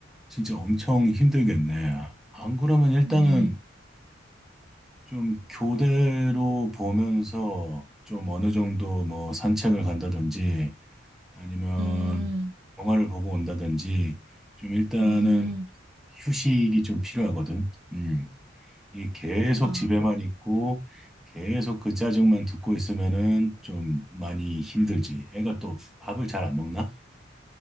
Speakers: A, in the centre; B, on the right.
A: 진짜 엄청 힘들겠네. 안 그러면 일단은
B: 음,
A: 좀 교대로 보면서 좀 어느 정도 뭐 산책을 간다든지 아니면
B: 음,
A: 영화를 보고 온다든지 좀 일단은
B: 음,
A: 휴식이 좀 필요하거든. 음. 이게 계속
B: 그렇구나.
A: 집에만 있고 계속 그 짜증만 듣고 있으면은 좀 많이 힘들지. 애가 또 밥을 잘 안 먹나?